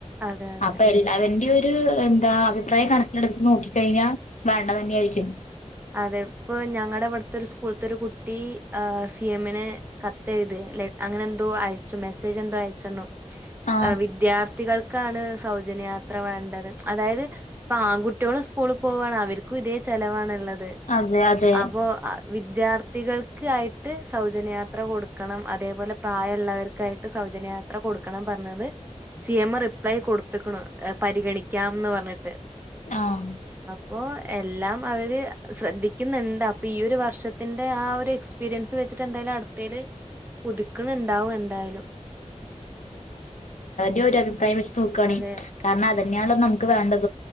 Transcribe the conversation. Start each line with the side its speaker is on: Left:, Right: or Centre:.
Right: അതെ അതെ.
Left: അപ്പൊ എല്ലാവന്റെ ഒരു എന്താ? അഭിപ്രായം കണക്കിലെടുത്ത് നോക്കി കഴിഞ്ഞാൽ വേണ്ടതന്നെ ആായിരിക്കും.
Right: അതെ ഇപ്പൊ ഞങ്ങളുടെ വിടുത്തെ ഒരു സ്കൂളത്തെ ഒരു കുട്ടി സി എമ്മിന് കത്തെഴുത് അങ്ങനന്തോ അയച്ച മെസേജന്തോ അയച്ചന്ന
Left: ആഹ്
Right: അ വിദ്യാ ത്തികൾക്കാണ് സൗജന്യയാത്ര വേണ്ടത് അതായത്, പ്പാങ്കുട്ട്യേളും സ്കൂള് പോവാണ് അവർക്ക് ദേ ചെലവാണുള്ളത്
Left: അതെ അതെ
Right: അപ്പോ വിദ്യാർത്ഥികൾക്കായിട്ട് സൗജന്യയാത്ര കൊടുക്കണം അതേപോലെ പ്രായമുള്ളവർക്കായിട്ട് സൗ ജന്യ യാത്ര കൊടുക്കണം പറഞ്ഞത് സി എം റിപ്ലൈ കൊടുത്തക്ക പരിഗണിക്കാംന്ന് പറഞ്ഞിട്ട്.
Left: ആഹ്
Right: പ്പൊ എല്ലാം അവര്- സ്രദ്ധിക്കുന്ന്ണ്ട് അപ്പിയൊരു വർഷത്തിന്റെ ആ ഒരു എക്സ്പീരിയൻസ് വെച്ചിട്ടെ ന്തായാലും അട്ത്തയില്- പുതുക്കണുണ്ടാവും എന്തായാലും-
Left: ഈഒരഭിപ്രായം വെച്ച് നോക്വാണ്
Right: അതെ.
Left: കാരണം അതന്നെയണോ നമുക്ക് വേണ്ടത്.